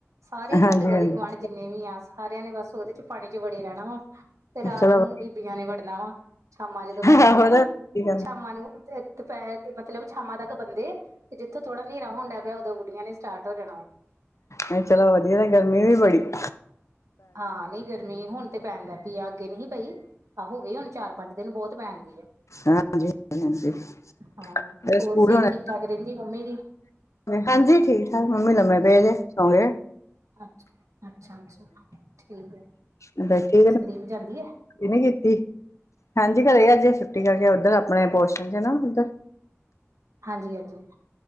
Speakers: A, on the right (about 90°); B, on the left (about 75°).
A: ਸਾਰੇ ਈ ਸਾਡੇ
B: ਹਾਂਜੀ
A: ਗਲੀ
B: ਹਾਂਜੀ
A: ਗੁਆਂਢ ਜਿੰਨੇ ਵੀ ਆ ਸਾਰਿਆਂ ਨੇ ਬਸ ਉੱਦੇ ਚ ਪਾਣੀ ਚ ਵੜੇ ਰੈਣਾ ਵਾ ਤੇ ਰਾਤ
B: ਚਲੋ
A: ਨੂੰ ਬੀਬੀਆਂ ਨੇ ਵੜਨਾ ਵਾ ਸ਼ਾਮਾਂ ਜਦੋਂ ਪੈ ਜਾਣਿਆਂ
B: ਆਹੋ
A: ਐਨਾ।
B: ਤੇ ਕੀ ਕਰਨਾ
A: ਸ਼ਾਮਾਂ ਨੂੰ ਦੁਪਹਿਰ ਤੇ ਮਤਲਬ ਸ਼ਾਮਾਂ ਤੱਕ ਬੰਦੇ, ਤੇ ਜਿੱਥੋਂ ਥੋੜਾ ਨੇਰਾ ਹੋਣਡਾ ਪਿਆ ਉਦੋਂ ਬੁੜੀਆਂ ਨੇ ਸਟਾਟ ਹੋ ਜਾਣਾਵਾ।
B: ਨਈ ਚਲੋ ਵਦੀਆ ਗਰਮੀ ਵੀ ਬੜੀ ਏ।
A: ਹਾਂ, ਨਈ ਗਰਮੀ ਹੁਣ ਤੇ ਪੈਣ ਲੱਗ ਪਈ ਆ ਅੱਗੇ ਨਈ ਪਈ। ਐ ਹੋ ਗਈ ਹੁਣ ਚਾਰ, ਪੰਜ ਦਿਨ ਬੌਤ ਪੈਣਦੀ ਏ।
B: ਹਾਂਜੀ ਹਾਂਜੀ ਤੇ
A: ਹਾਂ ਹੋਰ
B: ਸਕੂਲ
A: ਸਿਹਤ
B: ਹੋਣੇ
A: ਠੀਕ ਠਾਕ ਰਹਿੰਦੀ ਮੰਮੀ ਦੀ।
B: ਹਾਂਜੀ ਠੀਕ ਠਾਕ ਮੰਮੀ ਲੰਮੇ ਪਏ ਜੇ ਸੌ ਗਏ।
A: ਅੱਛਾ ਅੱਛਾ ਅੱਛਾ ਠੀਕ ਹੈ।
B: <unintelligible> ਛੁੱਟੀ
A: ਸੰਦੀਪ ਜਾਂਦੀ ਹੈ
B: ਨਹੀਂ ਕੀਤੀ ਹਾਂਜੀ ਘਰੇ ਅੱਜ ਛੁੱਟੀ ਕਰਕੇ ਉੱਧਰ ਆਪਣੇ ਪੋਸ਼ਣ 'ਚ ਨਾ ਉੱਧਰ।
A: ਹਾਂਜੀ ਹਾਂਜੀ